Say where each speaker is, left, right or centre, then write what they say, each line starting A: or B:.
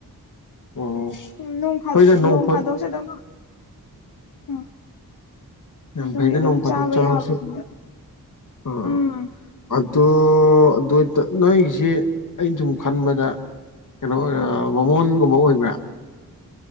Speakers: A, on the left; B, on the left.
A: ꯑꯣ
B: ꯎꯝ ꯅꯣꯡ ꯐꯥ
A: ꯍꯣꯏꯗ
B: ꯅꯣꯡ
A: ꯐꯥ
B: ꯐꯥꯗꯣꯛꯁꯨ ꯑꯗꯨꯝ ꯎꯝ
A: ꯌꯥꯝ
B: ꯑꯗꯨꯒꯤ
A: ꯐꯩꯗ
B: ꯑꯗꯨꯝ
A: ꯅꯣꯡ ꯐꯥꯗꯣꯛ
B: ꯆꯥꯕ
A: ꯆꯥꯕꯁꯨ
B: ꯌꯥꯕꯗꯨꯗ
A: ꯑꯥ
B: ꯎꯝ
A: ꯑꯗꯣ ꯑꯗꯣ ꯇ ꯅꯣꯏꯒꯤꯖꯦ ꯑꯩꯅ ꯁꯨꯝ ꯈꯟꯕꯗ ꯀꯩꯅꯣ ꯑꯣꯏ ꯃꯕꯥꯃꯣꯟꯒꯨꯝꯕ ꯑꯣꯏꯕ꯭ꯔꯥ